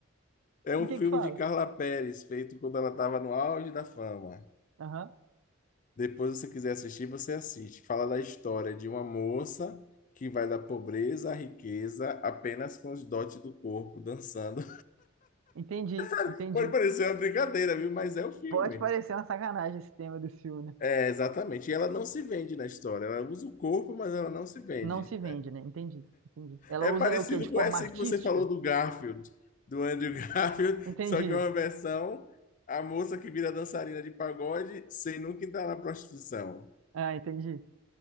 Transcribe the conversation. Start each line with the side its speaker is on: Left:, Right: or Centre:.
Left: É
Right: Por
Left: um
Right: que
Left: filme
Right: que fala?
Left: de Carla Perez, feito quando ela estava no auge da fama.
Right: Aham.
Left: Depois, se você quiser assistir, você assiste. Fala da história de uma moça que vai da pobreza à riqueza apenas com os dotes do corpo, dançando.
Right: Entendi,
Left: <laughs>
Right: entendi.
Left: Pode parecer uma brincadeira, viu? Mas é o filme.
Right: Pode parecer uma sacanagem esse tema desse filme, né?
Left: É, exatamente. E ela não se vende na história. Ela usa o corpo, mas ela não se vende.
Right: Não se vende, né? Entendi, entendi. Ela
Left: É
Right: usa
Left: parecido
Right: o quê? De forma
Left: com essa
Right: artística?
Left: que você falou do Garfield, do Andrew <laughs> Garfield,
Right: Entendi.
Left: só que é uma versão a moça que vira dançarina de pagode sem nunca entrar na prostituição.
Right: Ah, entendi.